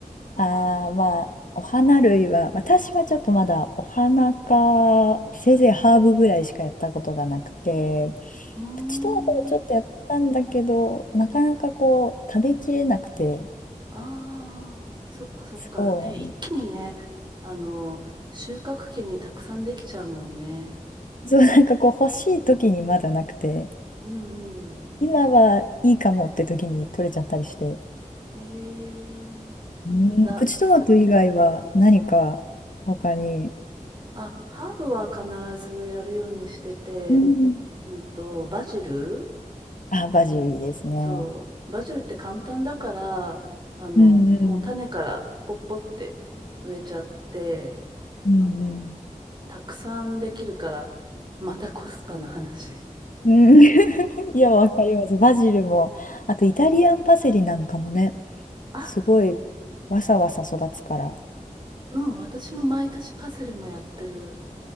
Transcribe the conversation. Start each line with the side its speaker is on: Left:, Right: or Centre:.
Left: え。ああ、まあ、お花類は、私はちょっとまだお花か、せいぜいハーブぐらいしかやったことがなくて、
Right: うーん。
Left: プチトマトもちょっとやったんだけど、なかなかこう、食べきれなくて、
Right: ああ、そっかそっか。
Left: そうなん、
Right: ね、一気にね、あの、収穫期にたくさんできちゃうもんね。
Left: そう、なんかこう、欲しい時にまだなくて、
Right: うんうん。
Left: 今はいいかもって時に取れちゃったりして、
Right: へえ。
Left: うん、
Right: ら、
Left: プチトマト以外は何か他に、
Right: あ、ハーブは必ずやるようにしてて、
Left: うん。
Right: うんと、バジル
Left: あ、バジルいいですね。
Right: そう、バジルって簡単だから、あの、
Left: うんうん。
Right: もう種からポッポって植えちゃって、
Left: うんうん。
Right: あの、たくさんできるから、またコスパの話。
Left: うん <laughs> いや、わかります。バジルも、あとイタリアンパセリなんかもね、
Right: あ、
Left: すごいわさわさ育つから。
Right: うん、私も毎年パセリもやってる。